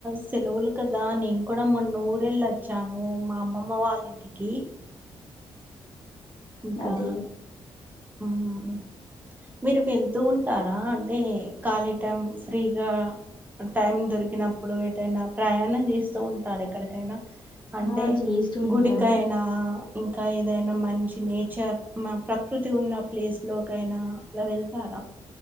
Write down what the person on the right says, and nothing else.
సెలువులు కదా నేను కూడా మొన్నఊరేల్లి వచ్చాను మా అమ్మమ్మ వాళ్ళ ఇంటికి ఇంకా
ఉమ్ మీరు వెళ్తూ ఉంటారా అంటే ఖాళీ టైం ఫ్రీగా టైం దొరికినప్పుడు ఎటైనా ప్రయాణం చేస్తూ ఉంటార ఎక్కడికైనా, అంటే
గుడికైన ఇంకా ఏదైనా మంచి నేచర్ మా ప్రకృతి ఉన్న ప్లేస్ లోకైనా ల వెల్ తార